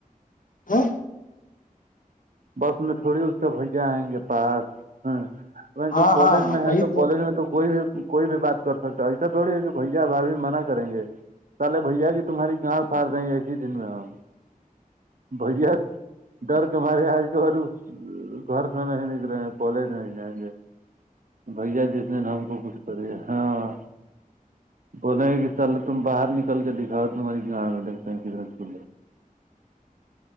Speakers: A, on the left; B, on the right.
A: ہ
B: بس میں تھوڑی اس کا بھیا آئیں گے پاس ہ وہ جو
A: ہاں
B: کالج
A: ہاں
B: میں ہے
A: وہی
B: تو کالج میں تو کوئی بھی کوئی بھی بات کر سکتا ایسا تھوڑی ہے کہ بھیا بھ بھیھی منع کریں گے چلے بھیا ج تمہاری گاں پارے ہیں ج دن میں ہ بڑیا درد مارے آ اس کے بعد گھر سے نہیں نکلیں گے کالج نہیں جائیں گے بھیا جس نے ہم کو کچھ کرے ہاں بولیں کہ چل تم باہر نکل کے دکھاؤ تمہاری گ ڈکتے ہیں کنا چا